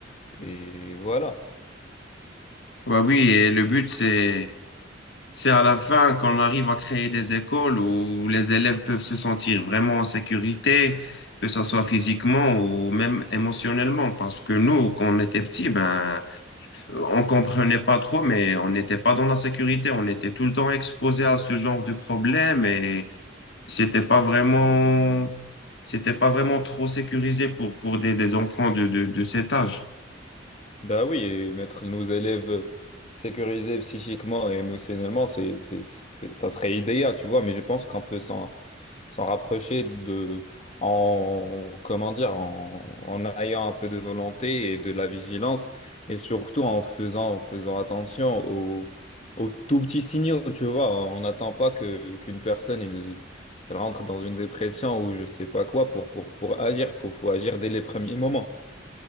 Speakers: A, on the left (about 35°); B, on the left (about 65°).
A: et voilà.
B: Ouais, oui, et le but, c'est C'est à la fin qu'on arrive à créer des écoles où les élèves peuvent se sentir vraiment en sécurité, que ce soit physiquement ou même émotionnellement. Parce que nous, quand on était petits, ben, on comprenait pas trop, mais on n'était pas dans la sécurité. On était tout le temps exposé à ce genre de problème et c'était pas vraiment, c'était pas vraiment trop sécurisé pour, pour des, des enfants de, de, de cet âge.
A: Bah oui, et mettre nos élèves euh, sécurisés psychiquement et émotionnellement, c'est, c'est, c'est- ça serait idéal, tu vois, mais je pense qu'on peut s'en, s'en rapprocher de, en, comment dire, en, en ayant un peu de volonté et de la vigilance, et surtout en faisant, en faisant attention aux, aux tout petits signaux, tu vois. On n'attend pas que, qu'une personne, il, elle rentre dans une dépression ou je sais pas quoi pour, pour, pour agir. Faut, faut agir dès les premiers moments.